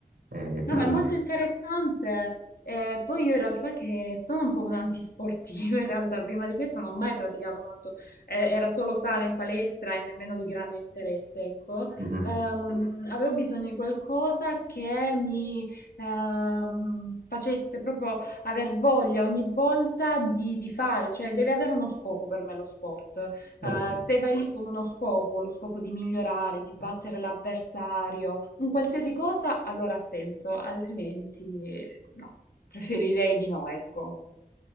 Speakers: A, on the right; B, on the left.
A: eh, per
B: No, ma
A: le...
B: è molto interessante. Eh, poi io in realtà che sono un po' un'antisportiva, in realtà prima di questo non ho mai praticato molto, eh, era solo sala in palestra e nemmeno di grande interesse, ecco.
A: Mhm.
B: Ehm, avevo bisogno di qualcosa che mi ehm, facesse proprio aver voglia ogni volta di, di fare, cioè deve avere uno scopo per me lo sport.
A: Ok,
B: Eh, se vai lì con uno scopo, con lo scopo di migliorare, di battere l'avversario, un qualsiasi cosa allora ha senso, altrimenti eh, no, preferirei di no, ecco.